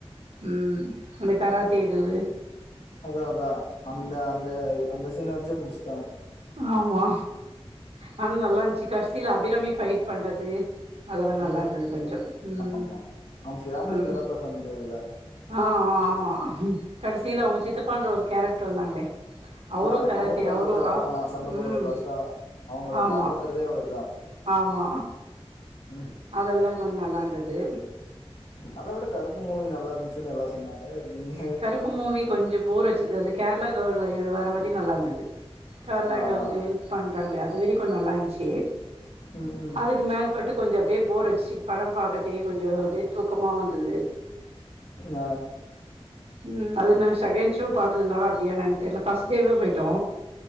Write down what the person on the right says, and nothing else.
ம் அந்த கராத்தே எதுவு
ஆமா ஆனா நல்லாருந்துச்சு கடைசியில அபிராமி ஃபைட் பண்றது அதெல்லா நல்லாருந்தது
கொஞ்ச ம்
ம்
ஆ ஆப் ஆமா கடைசியில அவங்க சித்த பண்ற ஒரு கேரக்டர் வந்தாங்களே அவரு
கராத்த
அவரு ஒ ஆ
ம்
ஆமா
ஆமா
அதெல்லா கொஞ்ச நல்லாருந்தது
கருப்பு மூவி கொஞ்ச போர் அச்சுது அந்த கேரளா கேள் வர வரி நல்லா இருந்தது கேரளா
கேளுக்கு
ஹெல்ப் பண்றாங்களா அதுவேறி கொஞ்ச நல்லாருந்துச்சு
அதுக்கு மேற்பட்டு கொஞ்ச அப்படியே போர் வச்சு பட பார்கதே கொஞ்ச வெத் தூக்கமா வந்தது
ம் அது நா செகண்ட் ஷோ பாத்ததுனால அப்படியானு என தெரியல ஃபர்ஸ்ட் டேவே போயிட்டோ